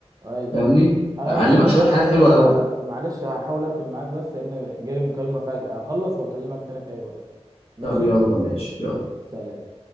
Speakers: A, on the right; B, on the left.
A: ايوه
B: فاهمني
A: انا
B: علمك
A: بص خد
B: شويه
A: بالك
B: حاجات
A: بس
B: حلوه
A: انا
B: قوي
A: معلش هحاول اقفل معاك بس لان جالي مكالمة فجأة هخلص واكلمك تاني في اي وقت ماشي
B: طب يلا ماشي يلا
A: ماشي سلام